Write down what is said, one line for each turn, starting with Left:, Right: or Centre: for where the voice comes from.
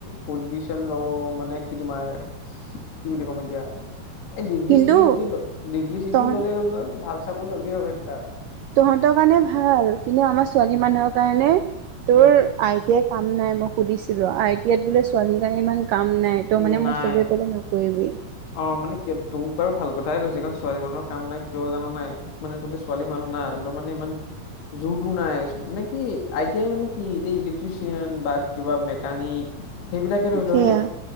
Left: পলিটিচিয়ান ল মানে কি তোমাৰ কি বুলি ক'ম এতিয়া এই ডিগ্ৰী
Right: কিন্তু
Left: চিগ্ৰী যদি ডিগ্ৰী চিগ্ৰী
Right: তহত
Left: ললে আৰু তই ভাল চাকৰি পাবি আৰু সেনেক।
Right: তহঁতৰ কাৰণে ভাল, কিন্তু আমাৰ ছোৱালী মানুহৰ কাৰণে তোৰ
Left: উম
Right: আই টি আই কাম নাই মই সুধিছিলো আই টি আইত বোলে ছোৱালীৰ কাৰণে ইমান কাম নাই ত
Left: উম
Right: মানে
Left: নাই
Right: মোক সবে ক'লে নকৰিবি।
Left: অ মানে ক তোক বাৰু ভাল কথাই কৈছে কাৰণ ছোৱালী মানুহৰ কাম নাই কিয় জানো নাই মানে তহঁতে ছোৱালী মানুহ নাই আৰু মানে ইমান যুৰটো নাই, মানে কি আই টি আই মানে কি এতিয়া ইলেক্ট্ৰিচিয়ান বা কিবা মেকানিক সেইবিলাকে ধৰি লোৱা
Right: সেয়া
Left: হয়নে,